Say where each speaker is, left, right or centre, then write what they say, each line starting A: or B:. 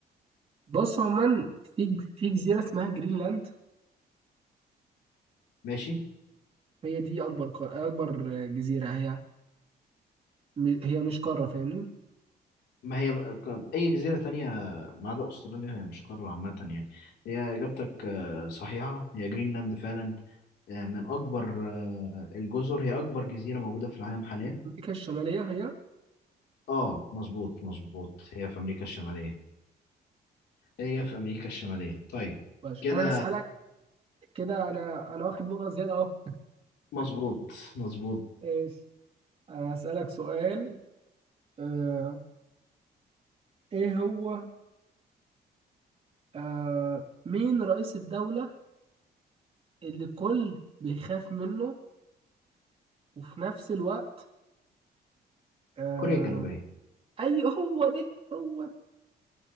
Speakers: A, on the right; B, on the left.
A: بص عموما في ج- في جزيرة اسمها جرينلاند
B: ماشي
A: هي دي أكبر قا- أكبر جزيرة هي م- هي مش قارة فاهمني
B: ما هي بقى- اي جزيرة تانية ما عدا استراليا هي مش قارة عامة يعني هي اجابتك آه، صحيحة هي جرينلاند فعلا آه، من أكبر آه، الجزر هي أكبر جزيرة موجودة في العالم حاليا
A: أمريكا الشمالية هي
B: آه مظبوط مظبوط هي في أمريكا الشمالية هي في أمريكا الشمالية طيب
A: ماشي
B: كده
A: أنا هسألك كده أنا أنا واخد نقطة زيادة أهو
B: مظبوط مظبوط
A: <laughs> إيش أنا هسألك سؤال آه إيه هو آه مين رئيس الدولة اللي الكل بيخاف منه وفي نفس الوقت آه
B: كوريا الجنوبية
A: أي هو ده هو